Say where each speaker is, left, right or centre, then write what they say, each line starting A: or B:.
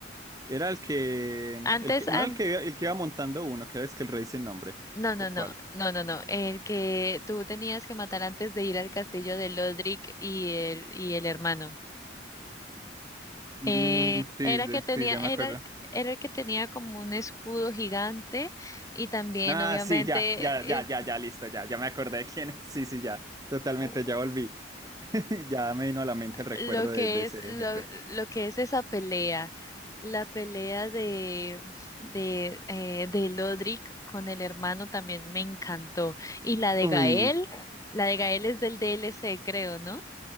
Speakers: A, on the right; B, on the left.
A: Era el que
B: Antes
A: el que
B: an-
A: no era el que el que iba montando uno, que era es que el rey sin nombre.
B: no, no,
A: ¿O
B: no,
A: cuál?
B: no, no, no, el que tú tenías que matar antes de ir al castillo de Lodric y el y el hermano.
A: Mm,
B: Eh,
A: sí,
B: era
A: de-
B: que tenía,
A: sí, ya
B: era,
A: me acuerdo.
B: era el que tenía como un escudo gigante y también
A: Ah,
B: obviamente
A: sí, ya, ya, ya,
B: eh,
A: ya, ya, listo, ya, ya me acordé de quién es. <laughs> Sí, sí, ya, totalmente,
B: u-
A: ya volví. <laughs> Ya me vino a la mente el recuerdo
B: lo que
A: de, de ese
B: es lo,
A: jefe.
B: lo que es esa pelea, la pelea de de eh, de Lodric con el hermano también me encantó y la de
A: Uy,
B: Gael, la de Gael es del D L C creo, ¿no?